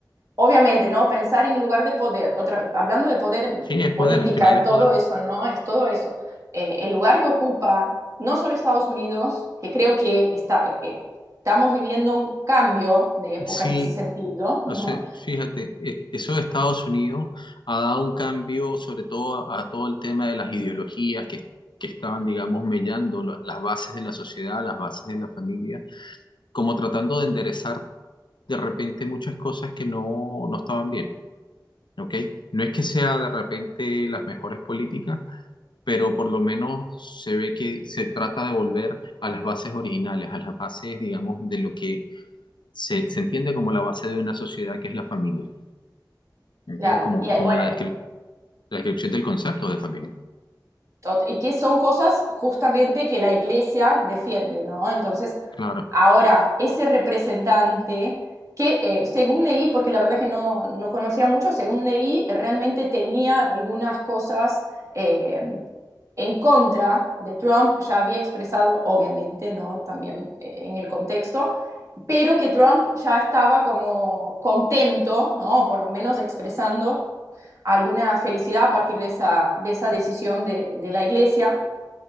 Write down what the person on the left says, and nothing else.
sí,
es
poder, al final es
poder.
Sí,
O sea, fíjate, eh, eso de Estados Unidos ha dado un cambio, sobre todo a, a todo el tema de las ideologías que, que estaban, digamos, mellando la- las bases de la sociedad, las bases de la familia, como tratando de enderezar de repente muchas cosas que no, no estaban bien, ¿ok? No es que sea de repente las mejores políticas, pero por lo menos se ve que se trata de volver a las bases originales, a las bases, digamos, de lo que se se entiende como la base de una sociedad, que es la familia. ¿ok?
Como,
como
la,
descri- la descripción del concepto de familia.
Claro.